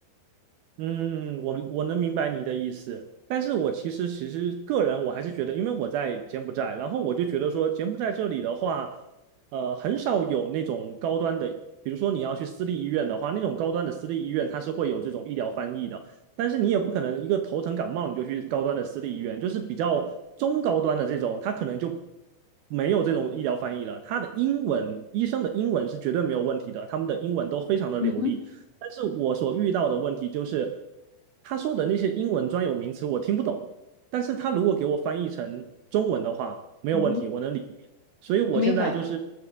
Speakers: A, on the right; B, on the left.
A: 嗯，我我能明白你的意思，但是我其实其实个人我还是觉得，因为我在柬埔寨，然后我就觉得说柬埔寨这里的话，呃，很少有那种高端的，比如说你要去私立医院的话，那种高端的私立医院它是会有这种医疗翻译的，但是你也不可能一个头疼感冒你就去高端的私立医院，就是比较中高端的这种，它可能就没有这种医疗翻译了，它的英文，医生的英文是绝对没有问题的，他们的英文都非常的流利。
B: 嗯哼，
A: 但是我所遇到的问题就是，他说的那些英文专有名词我听不懂，但是他如果给我翻译成中文的话，没有问题，
B: 嗯哼，
A: 我能理解。所以我现在就是，
B: 我明白。